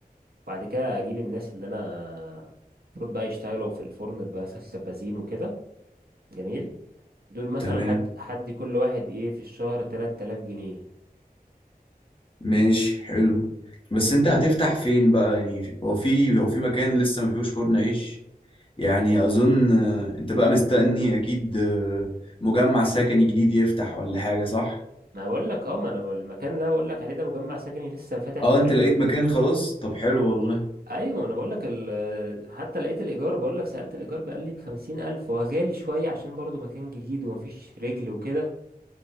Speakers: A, on the right; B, on the left.
A: بعد كده اجيب الناس اللي انا المفروض بقى يشتغلوا في الفرن بقى سبازين وكده جميل دول مثلا
B: تمام
A: حد حد كل واحد ايه في الشهر 3000 جنيه
B: ماشي حلو بس انت هتفتح فين بقى يعني هو في هو في مكان لسه ما فيهوش فرن عيش يعني اظن آه، انت بقى مستني اكيد آه، مجمع سكني جديد يفتح ولا حاجة صح
A: ما بقول لك اه ما انا بقول- المكان اللي انا بقول لك عليه ده مجمع سكني لسه فاتح
B: اه
A: في
B: انت لقيت مكان خلاص طب حلو والله
A: ايوه انا بقول لك ال... حتى لقيت الايجار بقول لك سالت الايجار بقى لي ب 50000 هو غالي شويه عشان برضو مكان جديد ومفيش رجل وكده